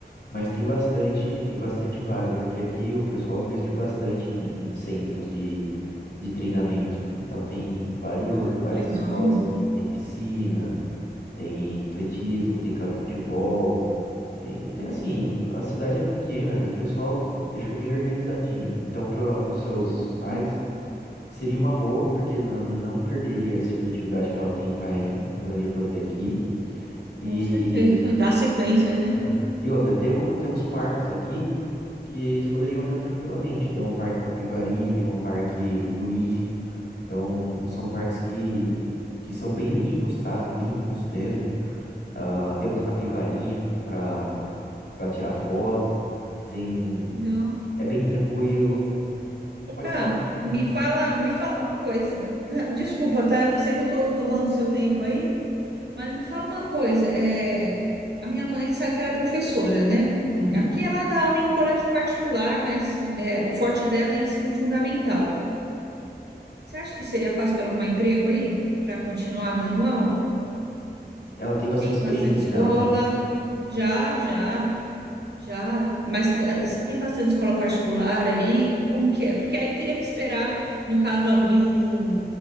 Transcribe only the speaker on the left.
Mas tem bastante, tem bastante vaga, porque aqui o pessoal investiu bastante em, em centros de, de treinamento. Então tem vários,
várias
escolas que tem piscina, tem atletismo, tem campo de futebol, tem, tem assim, a cidade é pequena e o pessoal deixou bem organizadinho. Então para os seus
pais seria uma boa, porque não, não perderia esse tipo de atividade que ela tem em Itaém e poderia fazer aqui. E,
Aham. e outra, tem, um- tem uns parques aqui. que eles poderiam entrar tranquilamente. Tem o Parque Capivari, tem o Parque Luigi. Então, são parques que, que são bem limpos, tá? Bem limpos mesmo. Ah, tem umas capivarinha para para tirar foto. Tem...
É bem tranquilo.
Pode
falar. Hum.
Uhum.
Ela tem bastante
experiência
já, né?